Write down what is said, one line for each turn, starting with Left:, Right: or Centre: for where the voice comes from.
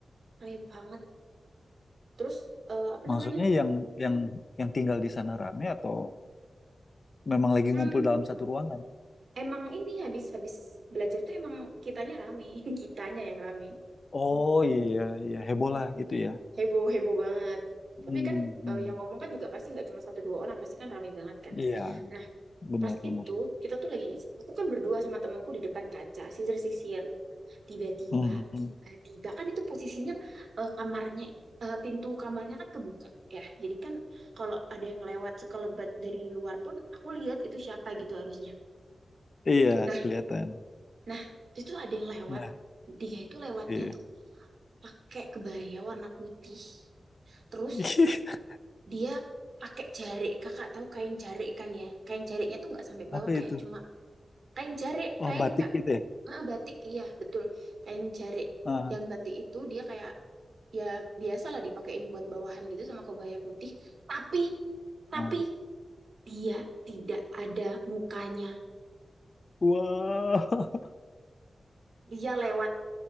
Right: rame banget terus eh, apa namanya
Left: Maksudnya yang yang yang tinggal di sana rame atau memang lagi
Right: hmm,
Left: ngumpul dalam satu ruangan?
Right: emang ini habis habis belajar tuh emang kitanya rame <laughs> kitanya yang rame
Left: Oh iya iya heboh
Right: Hmm,
Left: lah gitu ya.
Right: heboh heboh banget
Left: Hmm,
Right: tapi kan
Left: hmm.
Right: eh, yang ngomong kan juga pasti nggak cuma satu dua orang pasti kan rame banget kan
Left: Iya,
Right: nah
Left: benar-benar.
Right: Pas itu kita tuh lagi, aku kan berdua sama temanku di depan kaca, sisir-sisir. Tiba-tiba,
Left: Mhm.
Right: tiba-tiba kan itu posisinya eh, kamarnya, eh, pintu kamarnya kan kebuka ya. Jadi kan kalau ada yang lewat sekelebat dari luar pun, aku lihat itu siapa gitu harusnya.
Left: Iya,
Right: Nah,
Left: kelihatan.
Right: nah itu ada yang lewat.
Left: Nah,
Right: Dia itu lewatnya
Left: iya.
Right: tuh pakai kebaya warna putih. Terus
Left: <laughs>
Right: dia pakai jarik, kakak tahu kain jarik kan ya? Kain jariknya tuh nggak sampai
Left: Apa
Right: bawah
Left: itu?
Right: kayak cuma kain jarik,
Left: Oh,
Right: kain
Left: batik
Right: Kak.
Left: gitu ya.
Right: Ah, batik iya betul kain jarik
Left: Ah,
Right: yang batik itu dia kayak ya biasalah dipakein buat bawahan gitu sama kebaya putih tapi tapi
Left: ah.
Right: dia tidak ada mukanya
Left: Wow. <laughs>
Right: dia lewat